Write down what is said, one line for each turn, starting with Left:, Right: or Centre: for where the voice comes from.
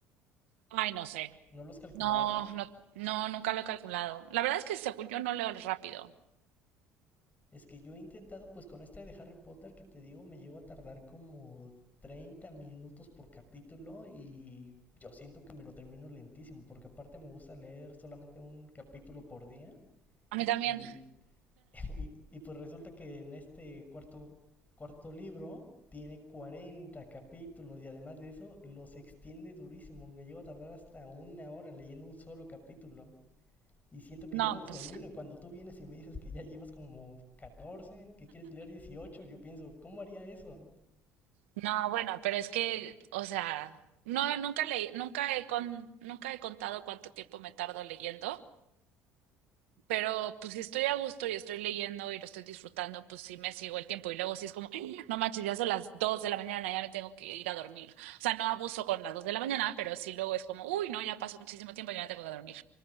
Right: Ay, no sé.
Left: ¿no lo has calculado?
Right: No, no, no, nunca lo he calculado. La verdad es que según yo no leo rápido.
Left: Es que yo he intentado, pues con esta de Harry Potter que te digo, me llevo a tardar como 30 minutos por capítulo y yo siento que me lo termino lentísimo, porque aparte me gusta leer solamente un capítulo por día
Right: A mí también.
Left: y, <laughs> y, y pues resulta que en este cuarto, cuarto libro tiene 40 capítulos y además de eso los extiende durísimo, me llevo a tardar hasta una hora leyendo un solo capítulo y siento que
Right: No,
Left: yo no los
Right: pues,
Left: termino. Y cuando tú vienes y me dices que ya llevas como 14 que quieres leer 18 yo pienso, ¿cómo haría eso?
Right: no, bueno, pero es que, o sea, no, nunca leí, nunca he con, nunca he contado cuánto tiempo me tardo leyendo. Pero pues si estoy a gusto y estoy leyendo y lo estoy disfrutando, pues sí me sigo el tiempo. Y luego sí es como, "Ah, no manches, ya son las 2 de la mañana, ya me tengo que ir a dormir. O sea, no abuso con las 2 de la mañana, pero sí luego es como, uy, no, ya pasó muchísimo tiempo, ya me tengo que dormir.